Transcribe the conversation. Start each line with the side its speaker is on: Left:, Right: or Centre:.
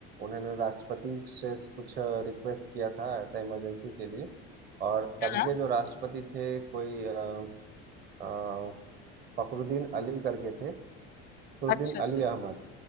Right: उन्होंने राष्ट्रपति से कुछ रिक्वेस्ट किया था ऐसा इमरजेंसी के लिए और
Left: हाँ
Right: तब के जो राष्ट्रपति थे कोई अ, अ, फखरुद्दीन अली करके थे फखरुद्दीन
Left: अच्छा अच्छा
Right: अली अहमद